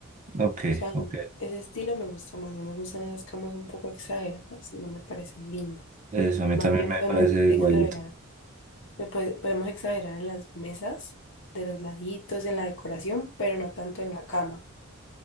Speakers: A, on the right; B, on the left.
A: Ok,
B: O sea,
A: ok.
B: ese estilo me gusta más, no me gustan esas camas un poco exageradas, no me parecen lindas.
A: Eso a mí
B: Más
A: también
B: bien
A: me
B: podemos
A: parece
B: exagerar,
A: igualito.
B: me puede- podemos exagerar en las mesas, de los laditos, en la decoración, pero no tanto en la cama.